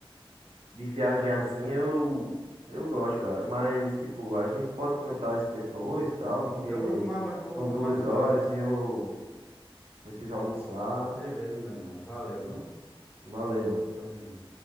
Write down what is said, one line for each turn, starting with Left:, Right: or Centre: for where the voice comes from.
Right: de viagem assim, eu, eu gosto, cara. Mas, tipo, a gente pode comentar isso depois, tal,
Centre: Sim,
Right: porque
Centre: Eu vou tomar banho que eu vou
Right: são
Centre: pra
Right: duas
Centre: faculdade.
Right: horas e eu preciso almoçar.
Centre: Beleza, meu mano. Valeu, viu?
Right: Valeu, mano.
Centre: Tamo junto.